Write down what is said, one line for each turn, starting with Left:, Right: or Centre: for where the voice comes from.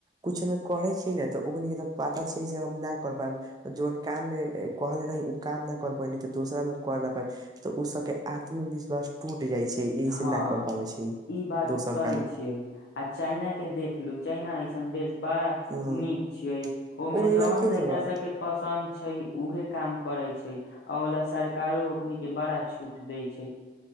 Right: कुछ हमे करे छीयै ने तऽ ओकनीके तऽ पता छै से हम ना कर पाइब। जोन काममे एक कहले रही, उ काम ना कर पयली, तऽ दोसरामे कर ना पाइब, तऽ उ सबके आत्मविश्वास टूट ट जाइ छै इहेसे
Left: हँ
Right: ना कर पाबै छै ई,
Left: बात
Right: दोसर
Left: सही
Right: काम।
Left: छियै आ चाइना के देखलु। चाना ई सन्देश। बड़ा
Right: हम्म
Left: नीक छियै ओहिमे
Right: उ
Left: जवन
Right: लइकियों
Left: लड़िका
Right: ह
Left: सब के पसन्द। छै उहे काम करै छै आ ओ ल सरकारो ओन के बड़ा छूट दै छै।